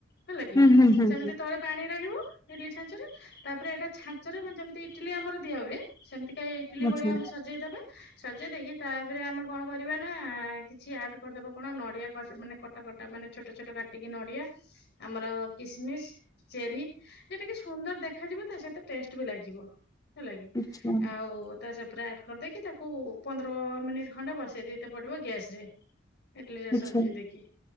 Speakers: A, on the left; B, on the left.
A: ହେଲା କି
B: ହୁଁ ହୁଁ ହୁଁ
A: ସେମିତି
B: ହୁଁ
A: ତଳେ ପାଣି ରହିବ ଇଡଲି ଛାଞ୍ଚ ରେ ତାପରେ ଏଟା ଛାଞ୍ଚ ରେ ଯେମିତି ଇଟିଲି ଆମର ଦିଆ ହୁଏ ସେମିତିକା ଇଟିଲି
B: ଆଚ୍ଛା
A: ଭଳିଆ ଆମେ ସଜେଇଦବା ସଜେଇ ଦେଇକି ତାପରେ ଆମେ କଣ କରିବା ନା କିଛି ଆଡ କରିଦବା କଣ ନଡିଆ ମାନେ କଟା କଟ ମାନେ ଛୋଟ ଛୋଟ କାଟିକି ନଡିଆ ଆମର କିସମିସ ଚେରି ଯ ଟିକେ ସୁନ୍ଦର ଦେଖାଯିବ ତ ସେଥ ଟେଷ୍ଟ ବି ଲାଗିବ ହେଲା କି
B: ଆଚ୍ଛା
A: ଆଉ ତ ଶ ପୁରା ଆଡ କରିଦେଇକି ତାକୁ ପନ୍ଦର ମିନିଟ୍ ଖଣ୍ଡେ ବସେଇ ଦେଇତ ପଡିବ ଗ୍ୟାସ ରେ ଇଡଲି ରେ
B: ଆଚ୍ଛା।
A: ସଜେଇ ଦେଇକି